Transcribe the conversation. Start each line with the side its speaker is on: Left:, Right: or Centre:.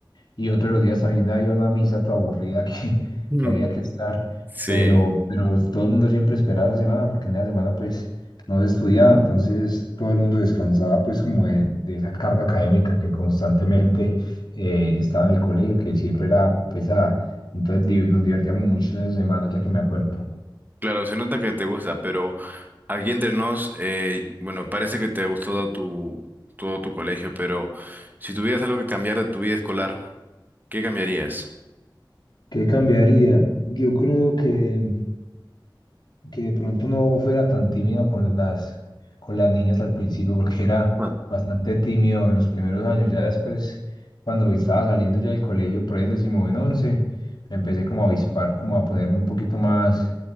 Left: y otros los días también había una misa toda aburrida <laughs> que,
Right: Mm,
Left: que había que estar,
Right: Sí,
Left: pero, pero todo el mundo siempre esperaba esa semana porque en la semana pues no se estudiaba, entonces todo el mundo descansaba pues como de, de esa carga académica que constantemente eh, estaba en el colegio, que siempre era pesada, entonces di- nos divertíamos mucho en esa semana ya que me acuerdo.
Right: claro, se nota que te gusta, pero aquí entre nos, eh, bueno, parece que te gustó todo tu, todo tu colegio, pero si tuvieras algo que cambiar de tu vida escolar, ¿qué cambiarías?
Left: ¿Qué cambiaría? Yo creo que que de pronto no fuera tan tímido con las, con las niñas al principio, porque era
Right: ajá.
Left: bastante tímido en los primeros años. Ya después, cuando estaba saliendo ya del colegio, por ahí en décimo en once, me empecé como a avispar, como a ponerme un poquito más,